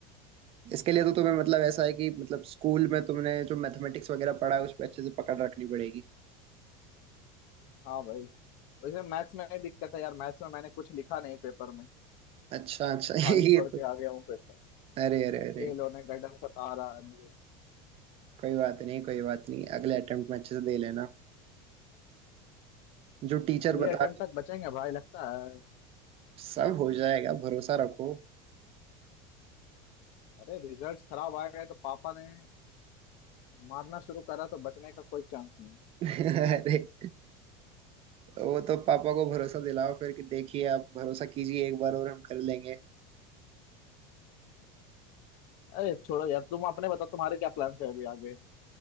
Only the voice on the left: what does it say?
हाँ भाई वैसे मैथ्स में दिक्कत है यार मैथ्स में मैंने कुछ लिखा नहीं पेपर में
खाली
छोड़
के आ गया हूँ पेपर
फेल होने का डर सता रहा है मुझे
अगले
अटेम्प्ट
तक बचेंगे भाई लगता है
अरे रिजल्ट्स खराब आ गए तो पापा ने मारना शुरू करा तो बचने का कोई चांस नहीं
अरे छोड़ो यार तुम अपने बताओ तुम्हारे क्या प्लान्स है अभी आगे